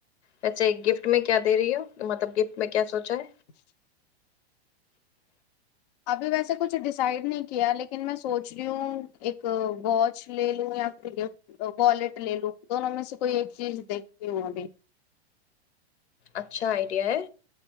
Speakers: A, on the left; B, on the left.
A: ویسے ایک گفٹ میں کیا دے رہی ہو مطلب گفٹ میں کیا سوچا ہے
B: جچ ابھی ویسے کچھ ڈیسائڈ نہیں کیا لیکن میں سوچ رہی ہوں ایک واچ لے لوں یا پھر لف والٹ لے لو دونوں میں سے کوئی ایک چیز دیکھتی ہوں ابھی
A: اچھا آئیڈیا ہے